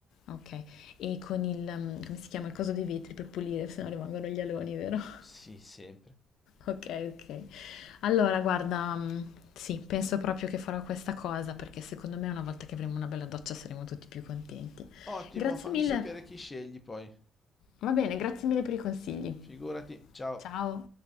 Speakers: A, on the left; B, on the left.
A: Okay. E con il mhmm, come si chiama, il coso dei vetri per pulire, se no rimangono gli aloni, vero? <laughs>
B: Sì, sempre.
A: Okay, okay. Allora guarda, mhmm, sì, penso proprio che farò questa cosa, perché secondo me una volta che avremo una bella doccia saremo tutti più contenti.
B: Ottimo,
A: Grazie
B: fammi
A: mille.
B: sapere chi scegli poi.
A: Va bene, grazie mille per i consigli.
B: Figurati, ciao.
A: Ciao.